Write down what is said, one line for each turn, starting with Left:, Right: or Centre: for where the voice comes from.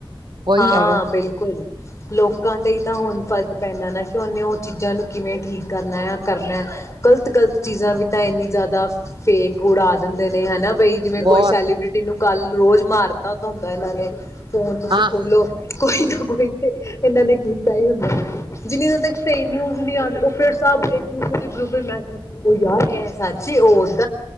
Right: ਉਹੀ
Left: ਹਾਂ
Right: ਹੈਗਾ
Left: ਬਿਲਕੁਲ ਲੋਕਾਂ ਤੇ ਤਾਂ ਹੁਣ ਫ਼ਰਕ ਪੈਂਦਾ ਨਾ ਕਿ ਉਹਨੇ ਉਹ ਚੀਜ਼ਾਂ ਨੂੰ ਕਿਵੇਂ ਠੀਕ ਕਰਨਾ ਆ ਕਰਨਾ ਗ਼ਲਤ ਗ਼ਲਤ ਚੀਜ਼ਾਂ ਵੀ ਤਾਂ ਇੰਨੀ ਜ਼ਿਆਦਾ ਫੇਕ ਉਡਾ ਦਿੰਦੇ ਨੇ ਹਨਾ। ਬਈ ਜਿਵੇਂ
Right: ਬਹੁਤ
Left: ਕੋਈ ਸੈਲੀਬ੍ਰਿਟੀ ਨੂੰ ਕੱਲ ਰੋਜ਼ ਮਾਰ ਤਦ ਹੁੰਦਾ ਇਹਨਾਂ ਨੇ ਫੋਨ ਤੁਸੀਂ
Right: ਹਾਂ
Left: ਖੋਲੋ ਕੋਈ ਨਾ ਕੋਈ ਤੇ ਇਹਨਾਂ ਨੇ ਕੀਤਾ ਹੀ ਹੁੰਦਾ। ਹੈ ਜਿੰਨੀ ਸਹੀ ਨਿਊਜ ਨੀ ਆਦੀਆ ਉਹ ਫਿਰ ਸਭ ਇੱਕ ਦੂਸਰੇ ਦੇ ਗਰੁੱਪ ਚ' ਮੈਸੇਜ ਉਹ ਯਾਰ ਇਹ ਸੱਚੀ ਉਹ ਸੱਚ